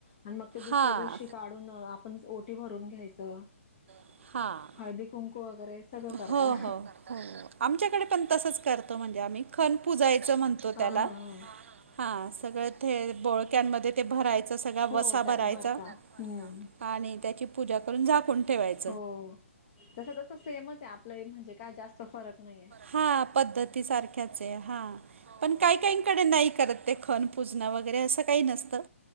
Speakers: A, on the left; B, on the right.
A: आणि मग ते दुसऱ्या
B: हां
A: दिवशी काढून आपण. भरून घ्यायचं
B: आणि हां
A: हळदी कुंकू वगैरे, सगळं
B: हो
A: करता.
B: हो आमच्याकडे पण तसंच करतो म्हणजे, आम्ही खन पूजायचं म्हणतो
A: हा
B: त्याला.
A: हा हा
B: हा सगळं ते बोळक्यांमध्ये ते भरायचं सगळा
A: हो
B: वसा
A: त्यात
B: भरायचा.
A: भरता हम्म
B: आणि त्याची पूजा करून झाकूनं ठेवायची.
A: हो तसं सेमचं आहे. आपलं म्हणजे काय जास्तं फरक नाहीे हे.
B: हा पद्धतीसारख्याच आहे हा पण काही काहीकडे नाही करत ते खण पूजना वगैरे, असं काही नसतं.